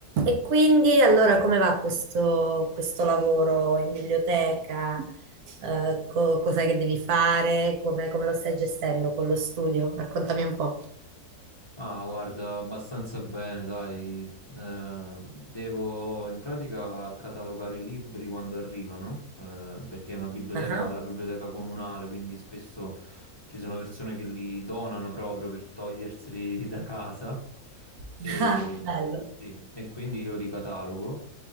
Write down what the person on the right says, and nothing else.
E quindi allora come va questo, questo lavoro in biblioteca? Eh, co- cos'è che devi fare? Come, come lo stai gestendo con lo studio? Raccontami un po'.
Ah, ah.
<laughs> Ah, bello.